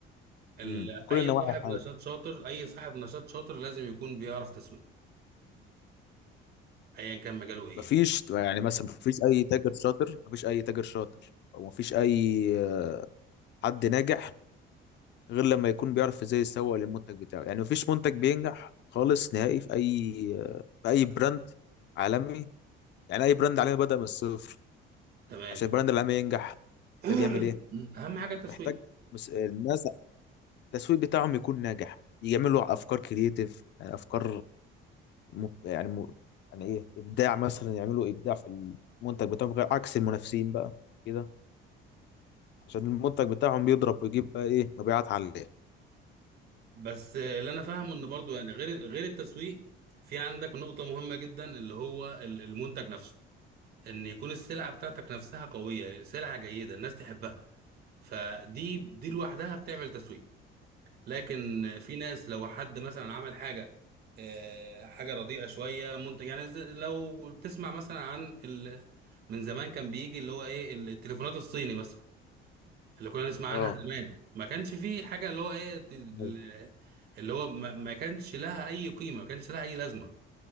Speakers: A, on the right; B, on the left.
A: ال...
B: امم كل
A: اي
B: النواحي
A: صاحب
B: حاجه
A: نشاط شاطر اي صاحب نشاط شاطر لازم يكون بيعرف تسويق ايا كان مجاله ايه
B: مفيش
A: يعني
B: يعني مثلا مفيش اي تاجر شاطر مفيش اي تاجر شاطر او مفيش اي آه، حد ناجح غير لما يكون بيعرف ازاي يسوق للمنتج بتاعه يعني مفيش منتج بينجح خالص نهائي في اي آه، في اي براند عالمي يعني اي براند عالمي بدأ من الصفر
A: تمام
B: عشان البراند العالمي ينجح محتاج
A: <clears throat>
B: يعمل ايه
A: اهم حاجه التسويق
B: محتاج مس- الناس التسويق بتاعهم يكون ناجح يعملوا افكار كرييتيف يعني افكار م... يعني م... يعني ايه ابداع مثلا يعملوا ابداع في المنتج بتاعهم غير عكس المنافسين بقى كده عشان المنتج بتاعهم بيضرب ويجيب بقى ايه مبيعات عاليه
A: بس آه، اللي انا فاهمه ان برضو يعني غير غير التسويق في عندك نقطه مهمه جدا اللي هو ال- المنتج نفسه ان يكون السلعه بتاعتك نفسها قويه سلعه جيده الناس تحبها فدي دي لوحدها بتعمل تسويق لكن في ناس لو حد مثلا عمل حاجه آه، حاجه رديئه شويه منتج يعني زي- لو تسمع مثلا عن ال... من زمان كان بيجي اللي هو ايه التليفونات الصيني مثلا اللي كنا نسمع عنها
B: اه
A: زمان ما كانش فيه حاجه اللي هو ايه ت- ال-
B: أيوة.
A: اللي هو ما ما كانش لها اي قيمه ما كانش لها اي لازمه